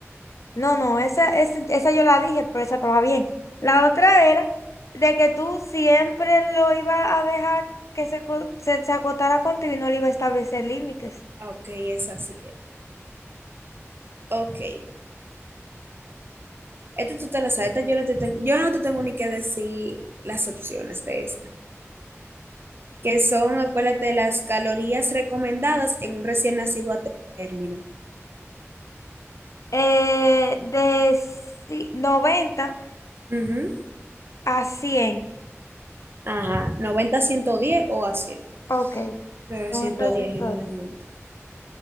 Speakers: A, on the left (about 80°); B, on the right (about 50°).
A: No, no, esa, esa, esa yo la dije, pero esa estaba bien. La otra era de que tú siempre lo ibas a dejar que se, co- se, se acotara contigo y no le iba a establecer límites.
B: Ah, Ok, es así. Ok. Esta tú te la sabes. Esta yo no te, te- yo no te tengo ni que decir las opciones de esta. Que son, acuérdate, las calorías recomendadas en un recién nacido a término.
A: Eh, de ci- noventa
B: Ujú.
A: a cien
B: Ajá. Noventa, a ciento diez o a cien.
A: Ok.
B: Pero
A: noventa
B: ciento
A: a ciento
B: diez generalmente.
A: diez